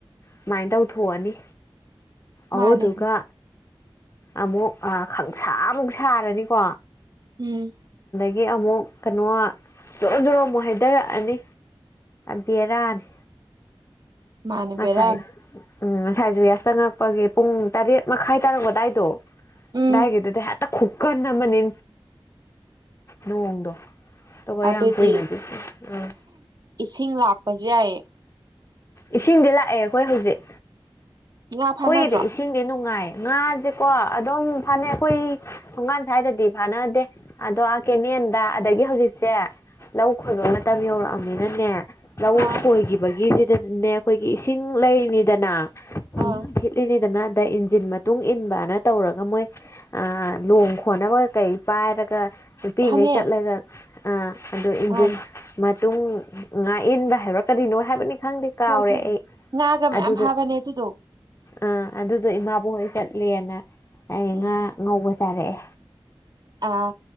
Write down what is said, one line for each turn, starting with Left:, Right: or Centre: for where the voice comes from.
Left: ꯁꯨꯃꯥꯏꯟ ꯇꯧꯊꯣꯛꯑꯅꯤ ꯑꯗꯨꯗꯨꯒ
Right: ꯃꯥꯅꯦ
Left: ꯑꯃꯨꯛ ꯑꯥ ꯈꯪꯁꯥ ꯑꯃꯨꯛ ꯁꯥꯔꯅꯤꯀꯣ
Right: ꯎꯝ
Left: ꯑꯗꯒꯤ ꯑꯃꯨꯛ ꯀꯅꯣ ꯖꯣꯔꯣ ꯖꯣꯔꯣ ꯑꯃꯨꯛ ꯍꯩꯗꯔꯛꯑꯅꯤ ꯕꯦꯔꯥꯅꯦ
Right: ꯃꯥꯅꯦ
Left: ꯉꯁꯥꯏ
Right: ꯕꯦꯔꯥꯅꯤ
Left: ꯎꯝ ꯉꯁꯥꯏꯖꯨ ꯌꯥꯆꯪꯉꯛꯄꯒꯤ ꯄꯨꯡ ꯇꯔꯦꯠ ꯃꯈꯥꯏ ꯇꯥꯔꯛꯄ ꯑꯗꯥꯏꯗꯣ
Right: ꯎꯝ
Left: ꯑꯗꯥꯢꯒꯤꯗꯨꯗ ꯍꯦꯇ ꯈꯨꯀꯟ ꯑꯃꯅꯦ ꯅꯣꯡꯗꯣ ꯇꯨꯒ
Right: ꯑꯗꯨꯗꯤ
Left: ꯌꯥꯝ ꯀꯨꯢꯅꯗꯤ ꯎꯝ
Right: ꯏꯁꯤꯡ ꯂꯥꯛꯄꯁꯨ ꯌꯥꯏꯌꯦ
Left: ꯏꯁꯤꯡꯗꯤ ꯂꯥꯛꯑꯦ ꯑꯩꯈꯣꯏ ꯍꯧꯖꯤꯛ
Right: ꯉꯥ ꯐꯥꯅꯗ꯭ꯔꯣ
Left: ꯈꯣꯏꯒꯤꯗꯤ ꯏꯁꯤꯡꯗꯤ ꯅꯨꯡꯉꯥꯏꯌꯦ ꯉꯥꯖꯦꯀꯣ ꯑꯗꯨꯝ ꯐꯥꯅꯩ ꯑꯈꯣꯏ ꯊꯣꯡꯒꯥꯟ ꯁꯥ꯭ꯏꯗꯗꯤ ꯐꯥꯅꯗꯦ ꯑꯗꯣ ꯑꯥ ꯀꯦꯅꯦ ꯗ ꯑꯗꯒꯤ ꯍꯧꯖꯤꯛꯁꯦ ꯂꯧ ꯈꯣꯏꯕ ꯃꯇꯝ ꯌꯧꯔꯛꯑꯝꯅꯤꯅꯅꯦ ꯂꯧ
Right: ꯑꯥ
Left: ꯈꯣꯏꯒꯤꯕꯒꯤꯁꯤꯗꯅꯦ ꯈꯣꯏꯒꯤ ꯏꯁꯤꯡ ꯂꯩꯔꯤꯅꯤꯗꯅ
Right: ꯑꯥ
Left: <unintelligible> ꯗ ꯏꯟꯖꯤꯟ ꯃꯇꯨꯡ ꯏꯟꯕꯅ ꯇꯧꯔꯒ ꯃꯣꯏ ꯑꯥ ꯂꯣꯡ ꯈꯣꯟꯅꯕ ꯀꯀꯩ ꯄꯥꯏꯔꯒ ꯅꯨꯄꯤꯒꯩ
Right: ꯈꯪꯉꯦ
Left: ꯆꯠꯂꯒ ꯑ ꯑꯗꯨ ꯏꯟꯖꯤꯟ
Right: ꯑꯥ
Left: ꯃ ꯇꯨꯡ ꯉꯥꯛꯏꯟꯕ ꯍꯥꯏꯕ꯭ꯔꯥ ꯀꯔꯤꯅꯣ ꯍꯥꯏꯕꯅꯤ ꯈꯪ ꯀꯥꯎꯔꯦ
Right: ꯍꯣꯏ ꯍꯣꯏ
Left: ꯑꯩ
Right: ꯉꯥꯒ ꯃꯌꯥꯝ
Left: ꯑꯗꯨꯗ
Right: ꯐꯥꯕꯅꯦ ꯑꯗꯨꯗꯣ
Left: ꯑꯥ ꯑꯗꯨꯗꯣ ꯏꯃꯥꯕꯣꯛ ꯍꯣꯏ ꯆꯠꯂꯦꯅ ꯑꯩ
Right: ꯎꯝ
Left: ꯉꯥ ꯉꯧꯕ ꯆꯥꯔꯛꯑꯦ
Right: ꯑꯥ